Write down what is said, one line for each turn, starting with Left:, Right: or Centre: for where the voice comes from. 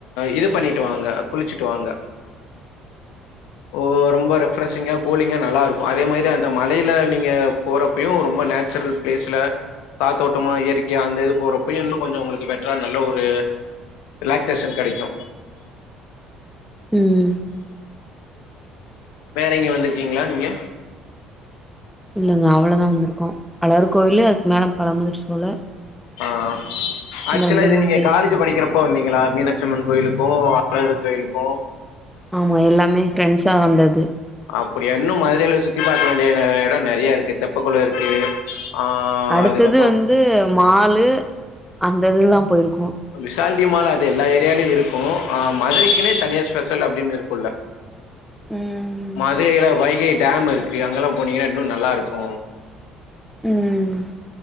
Left: இது பண்ணிட்டு வாங்க குளிச்சுட்டு வாங்க ஓ ரொம்ப ரெஃப்ரெஷிங்கா கூலிங்கா நல்லாருக்கு அதே மாரி அந்த மலைல நீங்க போறப்பயு ரொம்ப நேச்சுரல் பிளேஸ்ல காத்தோட்டமா இயற்கையா அந்த இது போறப்பயு இன்னு கொஞ்சோ உங்களுக்கு பெட்ரா நல்ல ஒரு ரிலாக்சேஷன் கெடைக்கு
Centre: ம்
Left: வேற இங்க வந்திருக்கீங்ளா நீங்க
Centre: இல்லங்க அவ்ளோதா வந்துருக்கோ அழகர் கோவிலு அதுக்கு மேல பழமுதிர் சோல
Left: ஆ ஆக்சுவலா
Centre: இந்த ரெண்டு
Left: இது
Centre: மூணு
Left: நீங்க
Centre: பிளேஸ்
Left: காலேஜ் படிக்கற ப்ப வந்தீங்ளா மீனாட்சி அம்மன் கோயிலுக்கு அழகர் கோயிலுக்கு
Centre: ஆமா எல்லாமே ஃப்ரெண்ட்ஸ்சா வந்தது
Left: அப்டியா இன்னு மதுரைல சுத்தி பாக்க வேண்டிய எடோ நெறைய இருக்கு தெப்ப கொளோ இருக்கு ஆ
Centre: அடுத்தது
Left: அதுக்கப்புறோ
Centre: வந்து மாலு அந்த இதுதா போயிருக்கோ
Left: விசால்டி மால் அது எல்லா ஏரியாலயு இருக்கு அ மதுரைக்குனே தனியா ஸ்பெஷல் அப்டின்னு இருக் குள்ள
Centre: ம்
Left: மதுரைல வைகை டேம் இருக் அங்கெல்லா போனீங்கன்னா இன்னு நல்லா இருக்கு
Centre: ம்